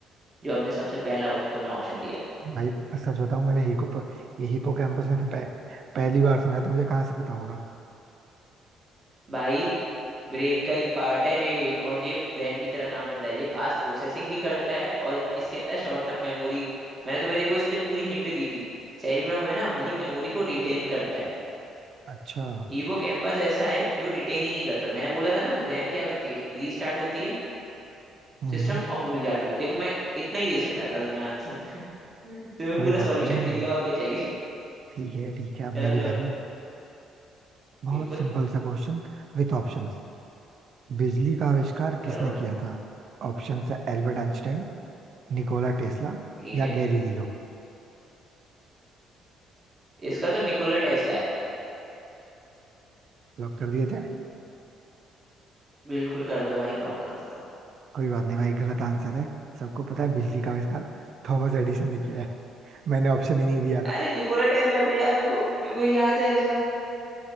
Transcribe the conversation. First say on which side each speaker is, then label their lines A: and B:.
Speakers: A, on the right (about 20°); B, on the right (about 45°).
A: जो हमने सबसे पहला तुम्हें ऑप्शन दिया
B: भाई सच बताऊं मैंने हिपो ये हिपो कैंपस मैंने पह, पहली बार सुना है तो मुझे कहाँ से पता होगा
A: भाई ब्रेन का ही पार्ट है ये और ये रैम की तरह काम करता है ये फास्ट प्रोसेसिंग भी करता है और इसके अंदर शॉर्ट टर्म मेमोरी मैंने तुम्हें देखो इसलिए पूरी हिंट दी थी सेरिब्रम है ना हमारी मेमोरी को रिटेन करता है
B: अच्छा
A: हिपोकैम्पस ऐसा है जो रिटेन ही नहीं करता मैंने बोला था ना रैम क्या करती है रीस्टार्ट होती है
B: हम्म
A: सिस्टम अब भूल जाती है देखो मैं इतना ही दे सकता था तुम्हें आंसर तुम्हें पूरा
B: कोई बात
A: सॉल्यूशन
B: नहीं
A: दे दिया और क्या चाहिए <laughs>
B: ठीक है ठीक है अब
A: चलो
B: मेरी
A: चलो
B: बारी बहुत
A: बिल्कुल
B: सिंपल सा क्वेश्चन विथ ऑप्शंस बिजली का आविष्कार
A: चलो
B: किसने किया था ऑप्शन है एल्बर्ट आइंस्टाइन निकोला टेस्ला
A: ठीक
B: या
A: है
B: गैलीलियो
A: इसका तो निकोला टेस्ला है
B: लॉक कर दिया जाए
A: बिल्कुल कर दो भाई लॉक कर दो तुम
B: कोई बात नहीं भाई गलत आंसर है सबको पता है बिजली का आविष्कार थॉमस एडिसन ने किया है मैंने ऑप्शन ही नहीं दिया था
A: अरे निकोला टेस्ला तो यार मेरे को मेरे को याद है ऐसा